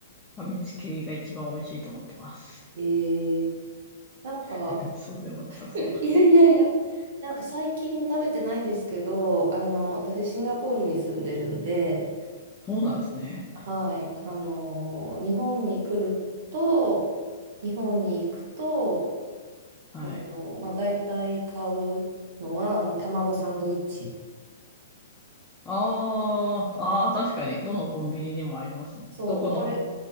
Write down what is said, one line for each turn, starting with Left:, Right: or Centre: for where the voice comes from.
Left: ファミチキが一番美味しいと思ってます。
Right: えー、なんか、
Left: <laughs> そうでもなさそう。
Right: <laughs> いやいやいや、なんか最近食べてないんですけど、あの、私シンガポールに住んでるんで、
Left: そうなんですね。
Right: はい、あの、日本に来ると、日本に行くと、
Left: はい。
Right: あの、まあ、大体買うのは、あの、卵サンドイッチ。
Left: あー、あー、確かに、どのコンビニでもありますね。
Right: そう、
Left: どこのコ
Right: これ、